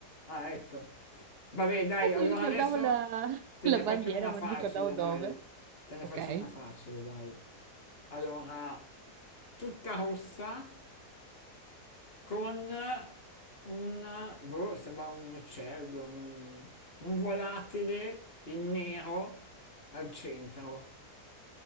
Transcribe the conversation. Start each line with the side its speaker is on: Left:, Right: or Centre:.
Left: Ah, ecco. Vabbè, dai, allora
Right: mi ricordavo
Left: adesso
Right: la,
Left: te
Right: la
Left: ne faccio
Right: bandiera,
Left: una
Right: ma
Left: facile,
Right: non ricordavo dove.
Left: dai. Te ne
Right: Ok.
Left: faccio una facile, dai. Allora, tutta rossa con un, boh, sembra un uccello, un, un volatile in nero al centro.